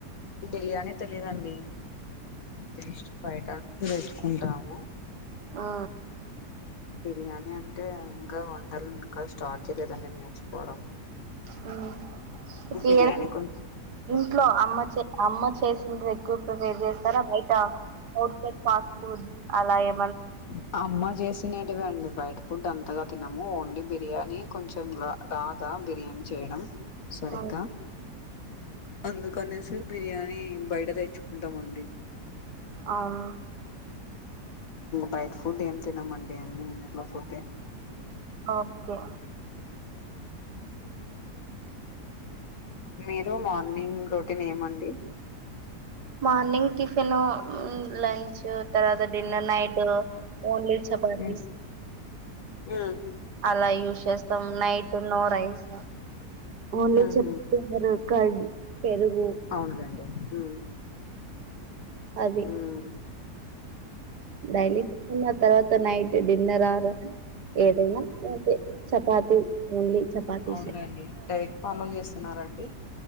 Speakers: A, on the left; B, on the right.
A: ఈ బిర్యానీ తెలీదండి. జస్ట్ బయట చేసుకుంటాము.
B: ఆ
A: బిర్యానీ అంటే? ఇంకా వంటలు ఇంకా స్టార్ట్ చేయలేదండి నేర్చుకోవడం.
B: హ్
A: బిర్యానీ కొంచెం
B: ఇంట్లో అమ్మ చే అమ్మ చెస్ తొందర ఎక్కు వెయిట్ చేస్తారా బయట ఔట్ సైడ్ ప అలాగే
A: <unintelligible> ఫుడ్ అంతగా తినము ఓన్లీ బిర్యానీ కొంచం రా రాదా బిర్యానీ చేయడం. సరిగ్గా
B: అవును
A: అందుకనేసి బిర్యానీ బయట తెచ్చుకుంటామండి.
B: అవును
A: బయట ఫుడ్ ఏం తినమండి అన్నీ ఇంట్లో ఫుడ్డే
B: ఓకే
A: మీరు మార్నింగ్ నేమండి
B: మార్నింగ్ టిఫిన్ లంచ్ తర్వాత డిన్నర్ నైట్ అ ఓన్లే చపాటీస్
A: ఉమ్ ఉమ్
B: అలా యూస్ చేస్తాం నైట్ ఉ నో రైస్ ఓన్లీ
A: ఉహు
B: చెప్ప క పెరుగు
A: అవునులేండి ఉమ్
B: అది
A: ఉమ్
B: డైలీ పె తర్వాత త్త నైట్ డిన్నర్ ఆర్ ఏదైనా అతే చపాతి ఓన్లీ చపాతీసే
A: అవునండి డైట్ ఫాలో చేస్త వస్తున్నండి